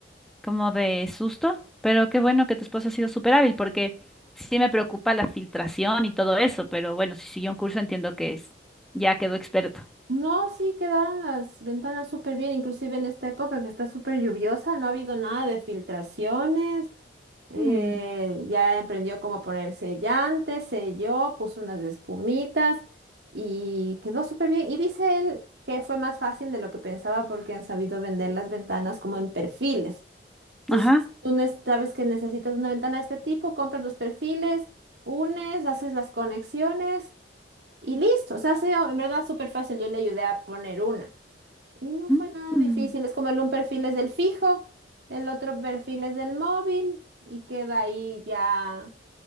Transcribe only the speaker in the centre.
como de susto, pero qué bueno que tu esposo ha sido súper hábil porque sí me preocupa la filtración y todo eso, pero bueno, si siguió un curso entiendo que es, ya quedó experto.
Mm,
Ajá.
Mm,